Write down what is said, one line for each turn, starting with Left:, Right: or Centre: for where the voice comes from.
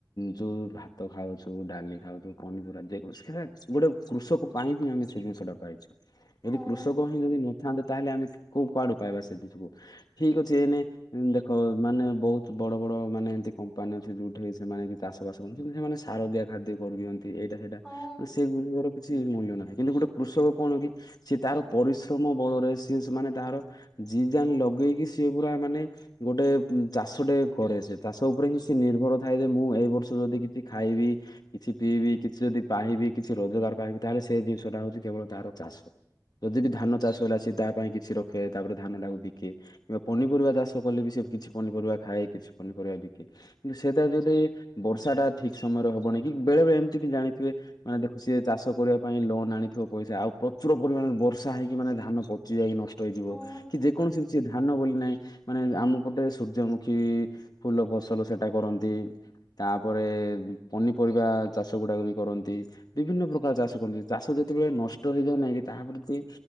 Left: ଯୋଉ ଭାତ ଖାଉଛୁ ଡାଲି ଖାଉଛୁ ପନିପରିବା ସେ ଗୋଟେ କୃଷକ ପାଇଁ ହିଁ ଆମେ ସେ ଜିନିଷଟା ପାଇଛୁ। ଯଦି
Centre: ହଁ
Left: କୃଷକ ହିଁ ଯଦି ନଥାନ୍ତେ ତାହେଲେ ଆମେ କୋଉ କୁଆଡ଼ୁ ପାଇବା ସେବି ସବୁ ଠିକ୍ ଅଛି ଏନେ- ଦେଖ ମାନେ ବହୁତ ବଡ ବଡ ମାନେ ଏମିତି କମ୍ପାନୀ ଅଛି ଯୋଉଠି ସେମାନେ କି ଚାଷ ବାସକରନ୍ତି କିନ୍ତୁ ସେମାନେ ସାର ଦିଆ ଖାଦ୍ୟ କରିଦିଅନ୍ତି ଏଇଟା ସେଇଟା
Centre: ହଁ
Left: ସେଗୁଡ଼ିକର କିଛି କିଛି ମୂଲ୍ଯ ନାହିଁ କିନ୍ତୁ ଗୋଟେ କୃଷକ କଣ କି ସିଏ ତାର ପରିଶ୍ରମ ବଳରେ ସିଏ ସେମାନେ ତାର ଜୀଜାନ ଲଗେଇକି ସିଏ ପୁରା ମାନେ - ଗୋଟେ ଚାଷ ଟେ କରେ ସେ ଚାଷ ଉପରେ ହିଁ ସେ ନିର୍ଭର ଥାଏ ଯେ ମୁଁ ଏଇ ବର୍ଷ ଯଦି କିଛି ଖାଇବି କିଛି ପିଇବି କିଛି ଯଦି ପାଇବି କିଛି ରୋଜଗାର ପାଇବି ତାହେଲେ ସେ ଜିନିଷ ଟା ହଉଛି କେବଳ ତାର ଚାଷ। ଯଦି ବି ଧାନ ଚାଷ ହେଲା ସେ ତା ପାଇଁ କିଛି ରଖେ ତାପରେ ଧାନଟା କୁ ବିକେ କିମ୍ବା ପନିପରିବା ଚାଷ କଲେ ବି ସେ କିଛି ପନିପରିବା ଖାଏ କିଛି ପନିପରିବା ବିକେ। କିନ୍ତୁ ସେଇଟା ଯଦି ବର୍ଷା ଟା ଠିକ ସମୟରେ ହବନି କି ବେଳେ ବେଳେ ଏମିତି ବି ଜାଣିଥିବେ ମାନେ ଦେଖ ସିଏ ଚାଷ କରିବା ପାଇଁ ଲୋନ ଆଣିଥିବ ପଇସା। ଆଉ ପ୍ରଚୁର ପରିମାଣରେ ବର୍ଷା ହେଇକି ମାନେ ଧାନ ପଚି ଯାଇକି ନଷ ଷ୍ଟ ହେଇଯିବ
Centre: ହଁ
Left: କି ଯେକୌଣସି କିଛି ଧାନ ବୋଲି ନାହିଁ, ମାନେ ଆମ ପଟେ ସୂର୍ଯ୍ୟମୁଖୀ-ଇ-ଇ ଫୁଲ ଫସଲ ସେଟା କରନ୍ତି। ତାପରେ ପନିପରିବା ଚାଷ ଗୁଡାକ ବି କରନ୍ତି। ବିଭିନ୍ନ ପ୍ରକାର ଚାଷ କରନ୍ତି। ଚାଷ ଯେତେବେଳେ ନଷ୍ଟ ହେଇଯାଏନା କି ତାହା ପ୍ରତି